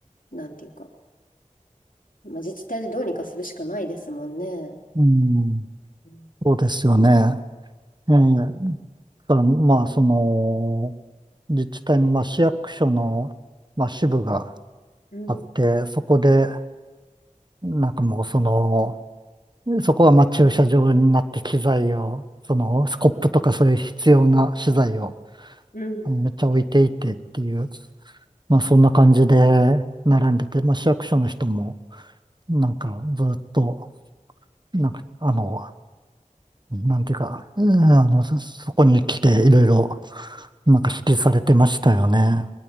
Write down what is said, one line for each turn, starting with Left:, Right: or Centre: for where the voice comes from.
Left: なんていうか、まあ、自治体でどうにかするしかないですもんね。
Right: うん、
Left: うん、
Right: そうですよね。ええだから、まあ、その、自治体の、まあ、市役所の、まあ、支部が
Left: うん、
Right: あって、そこで、なんかもう、その、そこは、まあ、駐車場になって機材を、その、スコップとかそういう必要な資材を、
Left: うん
Right: あのめっちゃ置いていてっていう、まあ、そんな感じで並んでて、まあ、市役所の人も、なんか、ずっと、なんか、あの、なんていうか、うんあの、そ、そこに来て、いろいろ、なんか指示されてましたよね。